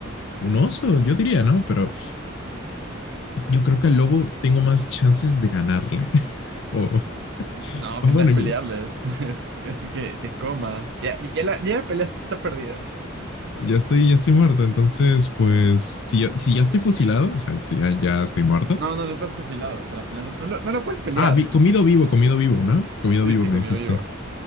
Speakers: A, on the left; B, on the right.
A: un oso, yo diría, ¿no? Pero yo creo que al lobo tengo más chances de ganarle. <laughs> O,
B: No, apenas
A: o bueno,
B: pelearles, <laughs> es, es que te coma. Ya, ya, la, ya la pelea está perdida.
A: Ya estoy, ya estoy muerta, entonces, pues, si ya, si ya estoy fusilado, o sea, si ya, ya estoy muerta.
B: No, no, estás fusilado, o sea, la pelea no, no, lo, no lo puedes pelear.
A: Ah, vi- comido
B: <laughs>
A: vivo, comido vivo, ¿no? Comido
B: Sí,
A: vivo,
B: sí,
A: me
B: comido
A: dijiste.
B: vivo.